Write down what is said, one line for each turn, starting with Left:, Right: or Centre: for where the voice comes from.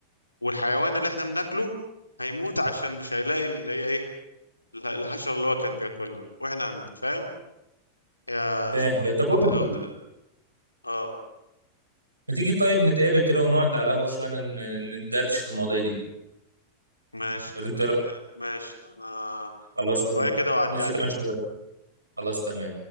Left: والحيوان اللي احنا بناكله هيموت عشان مش هيلاقي اللي هي ايه الح- الحشره اللي هو كان بياكلها واحنا هنموت فاهم يا
Right: فاهم
Left: اسمه
Right: فاهم.
Left: إيه؟
Right: طب
Left: وت...
Right: اقول لك
Left: وت...
Right: ايه
Left: اه
Right: ما تيجي طيب نتقابل كده ونقعد على القهوه شويه ن- ن- ندردش في المواضيع دي
Left: ماشي
Right: ولا انت
Left: آه،
Right: رأيك؟
Left: ماشي انا
Right: خلاص يلا
Left: شوية كده واعدي
Right: ننزل
Left: عليك
Right: كمان شويه خلاص تمام